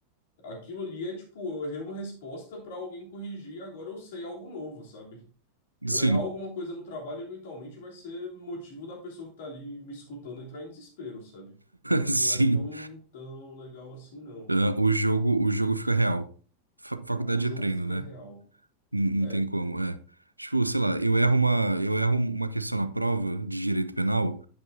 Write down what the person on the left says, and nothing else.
aquilo ali é, tipo, eu errei uma resposta pra alguém corrigir, agora eu sei algo novo, sabe? Eu
errar alguma coisa no trabalho eventualmente vai ser motivo da pessoa que tá ali me escutando entrar em desespero, sabe? Não, não
é tão, tão legal assim, não.
O, o jogo
fica
real.
É,